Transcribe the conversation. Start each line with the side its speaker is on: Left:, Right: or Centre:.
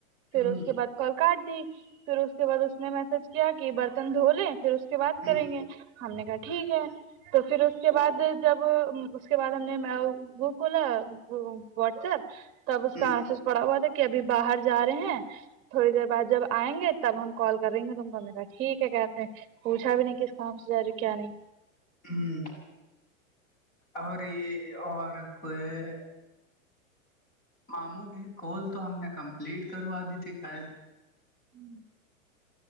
Right: پھر
Left: ہ
Right: اس کے بعد کال کاٹ دی پھر اس کے بعد اس نے میسج کیا کہ برتن دھو لے پھر اس کے بعد
Left: ہ
Right: کریں گے ہم نے کہا ٹھیک ہے تو پھر اس کے بعد جب اس کے بعد ہم نے وہ کھولا واٹس ایپ تب اس
Left: ہ
Right: کا آسس پڑا ہوا تھا کہ ابھی باہر جا رہے ہیں تھوڑی دیر بعد جب آئیں گے تب ہم کال کر رہیں گے تم کو میرا ٹھیک ہے کہتے ہیں پوچھا بھی نہیں کس کام سے جا رہی کیا نہیں
Left: ہوں اور یہ اور کوئی معاموں گی کال تو ہم نے کمپلیٹ کروا دی تھی فائل
Right: ہوں